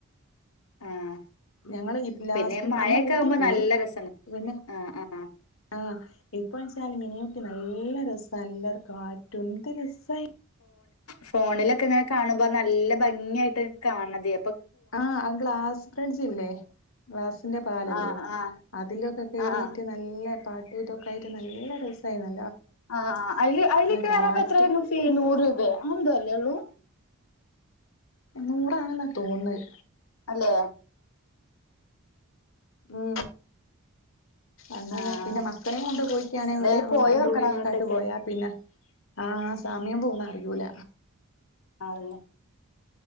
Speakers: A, on the left; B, on the left.
A: ആഹ്
B: ഞങ്ങള് ഇ ലാസ്റ്റ്
A: പിന്നെ മഴയൊക്കെ
B: അന്ന് ഊട്ടി
A: ആവുമ്പോ
B: പോയി
A: നല്ല രസാണ്
B: പിന്നെ
A: ആഹ് ആഹ്
B: ആഹ് ഇപ്പോ വെച്ചാല് മിനി ഊട്ടി നല്ല രസാ നല്ലർ കാറ്റും എന്ത് രസായി
A: ഫോണിലൊക്കെങ്ങനെ കാണുമ്പോ നല്ല ഭംഗി ആായിട്ട കാണതെ
B: ആ അ ഗ്ലാസ് ബ്രിഡ്ജില്ലേ ഗ്ലാസിൻറെ പാലല്ലേ
A: ആഹ് ആഹ്
B: അതിലൊക്കെ കേറീട്ട്
A: ആഹ്
B: നല്ല പാട്ടുതൊക്കായിട്ട് നല്ല രസമായിന്നു
A: ആ അയ്ല് അയ്ല് കേറാപ്പോ
B: കാറ്റ്
A: എത്ര വരും ഫീ നൂറ് രൂപ് ന്താല്ലേള്ളൂ
B: നൂറാണെന്ന തോന്നത്
A: അല്ലേ
B: മ്.... അന്നന്നെ
A: ആഹ്
B: പിന്നെ മക്കളേം കൊണ്ട് പോയ്ക്കാണെങ്കി
A: എന്തായാലും
B: ഓല്
A: പോയോക്കണം
B: അയിൻ്റെ ഉള്ളിലേക്കാട്ട്
A: അങ്ങോട്ടൊക്കെ
B: പോയാ പിന്നെ ആ സമയം പോുന്നറിയൂല
A: ആഉ... ല്ല